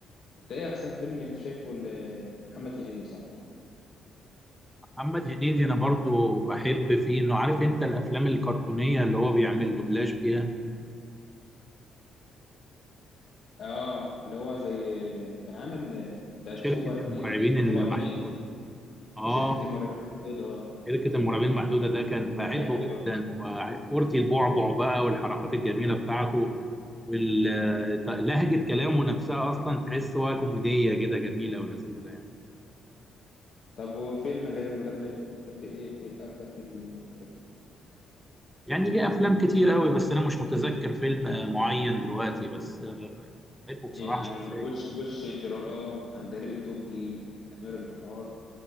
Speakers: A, on the left (about 60°); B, in the centre.
A: انت ايه احسن فيلم انت شايفه لمحمد هنيدي صح
B: محمد هنيدي أنا برضو بحب فيه إنه عارف أنت الأفلام الكرتونية اللي هو بيعمل دوبلاج فيها
A: اه اللي هو زي كان عامل آه، بتاعت
B: شركة
A: سوبر
B: المرعبين
A: هنيدي
B: المحدودة
A: سوبر هنيدي
B: آه
A: وشركة المرابحين البيضاء اه
B: شركة المرعبين المحدودة ده كان بحبه
A: بحبه
B: جدا
A: قوي
B: وبع- كورتي البعبع بقى والحركات الجميلة بتاعته ولهجة كلامه نفسها أصلا تحس هو كوميدية كده جميلة ولذيذة يعني
A: طب وفيلم غير المدبلج بتحب ايه فيلم اكتر فيلم ليه بتحب؟
B: يعني ليه أفلام كتير قوي بس أنا مش متذكر فيلم آه، معين دلوقتي بس آه، بحبه بصراحة
A: يعني
B: شخصيا
A: وش وش جرام عندليب الدقي امير البحار